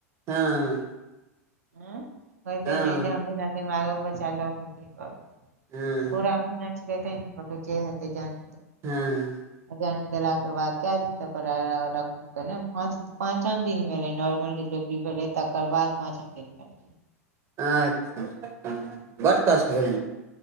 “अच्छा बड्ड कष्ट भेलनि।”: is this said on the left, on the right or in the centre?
Right